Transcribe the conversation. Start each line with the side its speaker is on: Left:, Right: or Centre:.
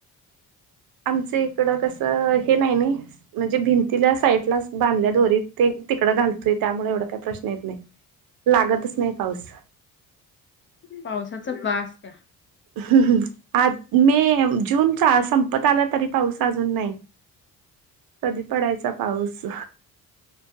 Right: आमच इकड कसं हे नाही नाही म्हणजे भिंतीला साईड लाच बांधल्या दोरीत ते तिकडं घालतोय त्यामुळे एवढ काय प्रश्न येत नाही लागतच नाही पाऊस
Left: पावसाच बास त्या
Right: हम् ह् आज मे जूनचा संपत आला तरी पाऊस अजून नाही कधी पडायचा पाऊस